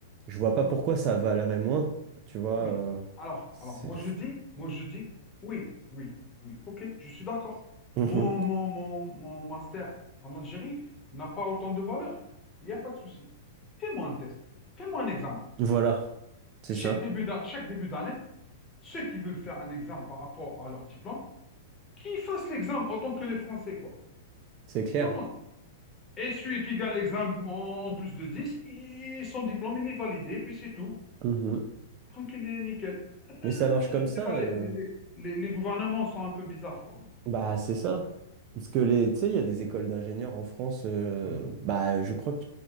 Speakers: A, on the right; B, on the left.
A: je vois pas
B: Non.
A: pourquoi ça valerait moins, tu vois.
B: Oui.
A: euh,
B: Alors,
A: c'est...
B: alors, moi je dis, moi je dis, oui, oui, oui. Ok, je suis d'accord.
A: Mhm.
B: Mon, mon, mon, mon master en Algérie n'a pas autant de valeur. Il n'y a pas de souci. Fais-moi un test. Fais-moi un examen.
A: Voilà, c'est
B: Chaque
A: ça.
B: début d'a- chaque début d'année, ceux qui veulent faire un examen par rapport à leur diplôme, qu'ils fassent l'examen autant que les Français, quoi.
A: C'est clair.
B: Tout le monde. Et celui qui gagne l'examen en en plus de 10, il- son diplôme, il est validé, puis c'est tout.
A: Mhm.
B: Tranquille et nickel. Ah ben,
A: Mais ça marche comme
B: je
A: ça.
B: sais pas,
A: euh,
B: les, les- les- les- les gouvernements sont un peu bizarres, quoi. en fait.
A: Bah, c'est ça. Parce que les, tu sais, il y a des écoles d'ingénieurs en France. euh,
B: Mhm.
A: Bah, je crois que